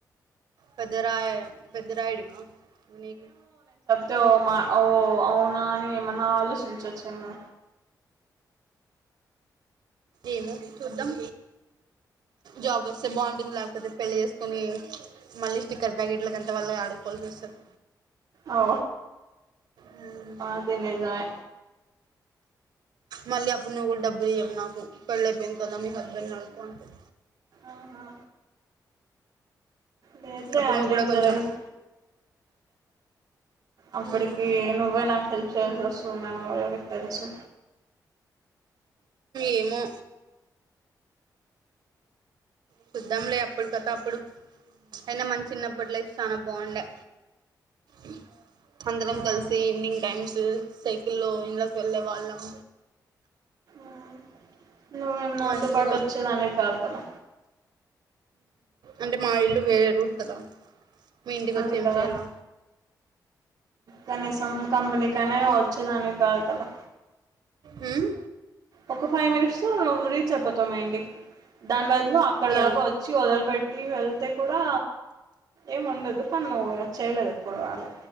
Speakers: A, on the right (about 80°); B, on the right (about 55°).
A: పెద్దరాయే పెద్దరాయుడివా చూనికి
B: తోమా ఓ అవునా అని ఏమన్నా ఆలోచించొచ్చేమో
A: ఏమో వచ్చి చూద్దాం. జాబ్ వస్తే బావుంటుంది లేకపోతే పెళ్ళి చేసుకొని మళ్ళీ స్టిక్కర్ ప్యాకెట్లలకు ఎంత వాళ్ళి ఆడుకోవాల్సి వస్తది.
B: ఓ
A: హ్మ్
B: అది నిజమే
A: మళ్ళీ అప్పుడు నువ్వు కూడా డబ్బులు ఇయ్యవు నాకు పెళ్ళయిపోయింది కదా మీ హస్బెండ్ నీ అడుక్కో అంటది
B: ఆహా లేదులే
A: అప్పుడు
B: అట్లేం
A: నువ్వు కూడా కొంచెం
B: జరగదు అప్పటికి
A: మ్
B: నువ్వే నాకు హెల్ప్ చేయాల్సి వస్తుందేమో ఎవరికి తెలుసు
A: ఏమో చూద్దాం లే అప్పుడు కథ అప్పుడు అయినా మన చిన్నప్పటి లైఫ్ చాలా బాగుండే ఉమ్ అందరం
B: అవును
A: కలిసి ఈవినింగ్ టైమ్స్ సైకిల్లో ఇంలోకి వెళ్ళే వాళ్ళం
B: ఉమ్, నువ్వేం నాతో
A: మంచిగా
B: పాటు వచ్చేదానివి కాదు కదా
A: అంటే మా ఇల్లు వేరే రూట్ కదా మీ ఇంటికి వచ్చి
B: అదే
A: ఏమి
B: కదా
A: చేయల్ల
B: కనీసం కంపెనీకి అయినా వచ్చేదానివి కాదు కదా
A: మ్
B: ఒక ఫైవ్ మినిట్స్లో నువ్వు రీచ్ అయిపోతావ్ మా ఇంటికి దాని బాదు అక్కడ
A: యా
B: దాకా వచ్చి వదలిపెట్టి వెళ్తే కూడా ఏం ఉండదు కానీ నువ్వు చేయలేదు ఎప్పుడు అలా